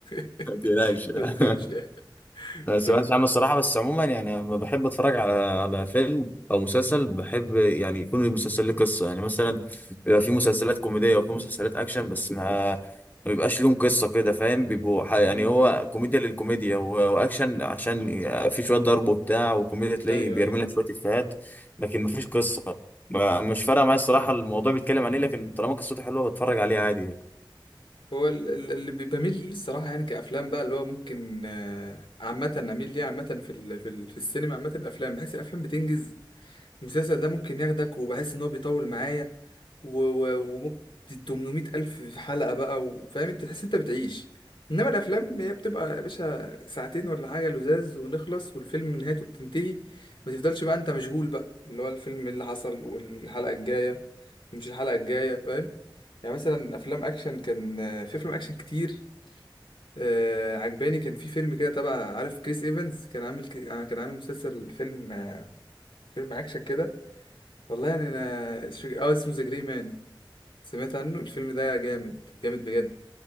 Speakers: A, on the left; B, on the left.
A: <laughs>
B: ما تقلقش <laughs> لا.
A: ما تخافش يعني
B: ما
A: فاهم
B: سمعتش عنه الصراحة بس عموما يعني لما بحب اتفرج على على فيلم او مسلسل بحب يعني يكون المسلسل ليه قصة يعني مثلا بيبقى في مسلسلات كوميدية وفي مسلسلات اكشن بس ما ما بيبقاش لهم قصة كده فاهم بيبقوا ح- يعني
A: امم
B: هو
A: امم.
B: كوميديا للكوميديا و- واكشن عشان ي- في شوية ضرب وبتاع وكوميديا تلاقي
A: ايوه
B: بيرمي
A: ايوه
B: لك شوية افيهات لكن ما فيش قصة ما- مش فارقة
A: امم
B: معايا الصراحة الموضوع بيتكلم عليه لكن طالما قصته حلوة بتفرج عليه عادي
A: هو ال- ال- اللي بي- بميل ليه الصراحه يعني كافلام بقى اللي هو ممكن آه، عامه اميل ليه عامه في ال... في ال... في السينما عامه الافلام بحس الافلام بتنجز المسلسل ده ممكن ياخدك وبحس ان هو بيطول معايا و- و- وممكن 800 الف في حلقة بقى وفاهم انت تحس انت بتعيش انما الافلام هي بتبقى يا باشا ساعتين ولا حاجة لزاز ونخلص والفيلم نهايته بتنتهي ما تفضلش بقى انت مشغول بقى اللي هو الفيلم اللي حصل والحلقة الجاية ومش الحلقة الجاية فاهم يعني مثلا افلام اكشن كان في افلام اكشن كتير آه، عجباني كان في فيلم كده تبع عارف كريس ايفنز كان عامل ك- كان عامل مسلسل فيلم فيلم اكشن كده والله يعني انا مش فاكر اه اسمه ذا جري مان سمعت عنه الفيلم ده جامد جامد بجد